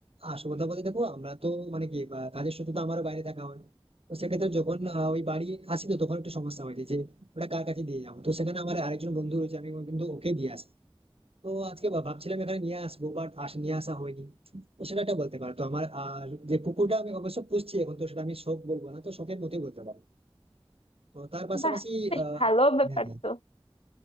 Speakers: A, on the right (about 80°); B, on the left (about 80°).
A: আসল কথা বলতে দেখো আমরা তো মানে কি আহ, কাজের সূত্রে তো আমারও বাইরে থাকা হয় তো সেক্ষেত্রে যখন আহ, ওই বাড়ি আসি তো তখন একটু সমস্যা হয়েছে যে ওটা কার কাছে দিয়ে যাবো তো সেখানে আমার আরেকজন বন্ধু রয়েছে আমি কিন্তু ওকে দিয়ে আসি তো আজকে ভা- ভাবছিলাম এখানে নিয়ে আসবো বাট আস নিয়ে আসা হয়নি তো সেটা একটা বলতে পারো তো আমার আর যে পুকুরটা আমি অবশ্য পুষছি এখন তো সেটা আমি শখ বলবো না তো শখের মতোই বলতে পারো তো তার পাশাপাশি
B: বাহ বেশ
A: আহ
B: ভালো ব্যাপার
A: হ্যাঁ হ্যাঁ।
B: তো